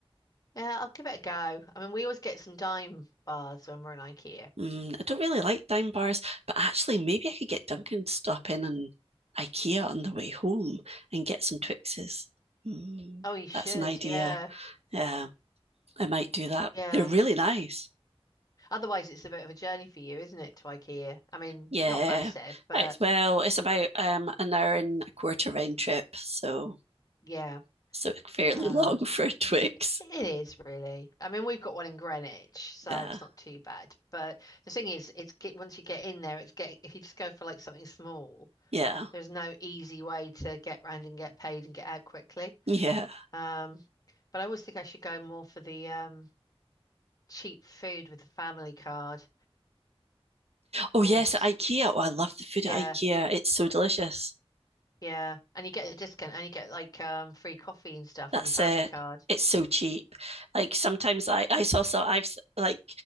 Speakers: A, on the left; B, on the right.
A: Yeah, I'll give it a go. I mean, we always get some dime bars when we're in IKEA.
B: Mm, I don't really like dime bars, but actually maybe I could get Duncan to stop in and IKEA on the way home and get some Twixes. Mm,
A: Oh, you should.
B: that's an idea.
A: Yeah.
B: Yeah, I might do that.
A: Yeah.
B: They're really nice.
A: Otherwise, it's a bit of a journey for you, isn't it, to IKEA? I mean,
B: Yeah.
A: not massive, but
B: it's Well, it's about um an hour and a quarter round trip, so
A: yeah.
B: so <laughs> fairly
A: Um,
B: long for Twix.
A: it is really. I mean, we've got one in Greenwich, so
B: Yeah.
A: it's not too bad. But the thing is, it's get once you get in there, it's get if you just go for like something small
B: Yeah.
A: There's no easy way to get round and get paid and get out quickly.
B: Yeah.
A: Um, but I always think I should go more for the um, cheap food with the family card.
B: Oh
A: I
B: yes,
A: was,
B: at IKEA. Oh, I love the food
A: yeah,
B: at IKEA. It's so delicious.
A: yeah. And you get a discount and you get like um, free coffee and stuff
B: That's
A: with your family
B: it.
A: card.
B: It's so cheap. Like sometimes I I saw so I've s- like